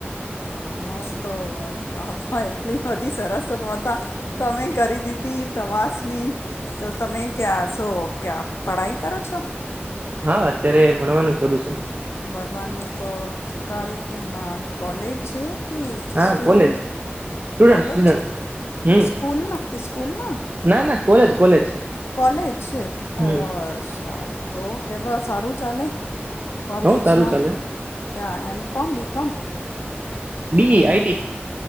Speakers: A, on the left; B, on the right.
A: અમાવ તો અ એટલી બધી સરસતો ન હતા તમે કરી દીધી પ્રવાસની તો તમે ક્યાં શો ક્યાં પઢાઈ કરો છો?
B: હા અત્યારે ભણવાનું શરૂ છે.
A: ભળવાનું તો કાળીપુર ના કોલેજ તુયી
B: હા
A: student
B: college student
A: college
B: student હમ
A: સ્કૂલના સ્કૂલ ના
B: ના ના કોલેજ કોલેજ
A: કોલેજ છે
B: હમ
A: અચ્છા તો તમારે સારું ચાલે કોલેજના
B: હવ સારું ચાલે
A: ક્યાં એમ કોમ બી કોમ
B: બી ઈ આઈટી